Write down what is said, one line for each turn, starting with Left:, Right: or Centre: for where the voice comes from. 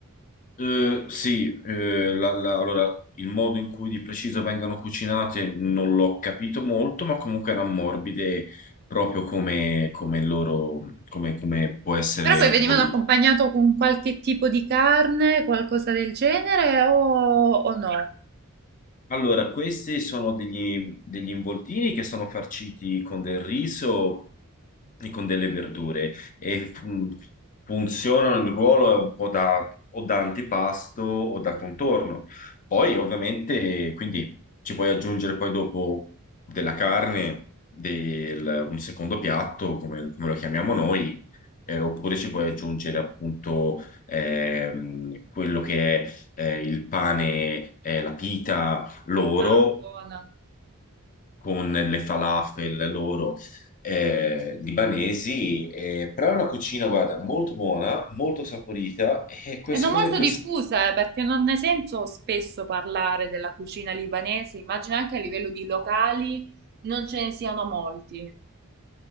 Left: Eh, sì, eh, la- la- allora il modo in cui di preciso vengano cucinate non l'ho capito molto, ma comunque erano morbide proprio come, come loro, come, come può essere
Right: Però poi venivano
Left: bollito.
Right: accompagnato con qualche tipo di carne, qualcosa del genere, o, o no?
Left: Allora, questi sono degli, degli involtini che sono farciti con del riso e con delle verdure e fun- funzionano il ruolo un po' da, o da antipasto o da contorno. Poi, ovviamente, quindi ci puoi aggiungere poi dopo della carne, del- un secondo piatto, come, come lo chiamiamo noi, eh, oppure ci puoi aggiungere appunto ehm, quello che è eh, il pane, eh, la pita loro
Right: Ah, buona.
Left: con le falafel loro eh, libanesi, eh, però è una cucina, guarda, molto buona, molto saporita e queste
Right: E non
Left: cose,
Right: molto
Left: queste...
Right: diffusa, eh, perché non ne sento spesso parlare della cucina libanese, immagino anche a livello di locali non ce ne siano molti.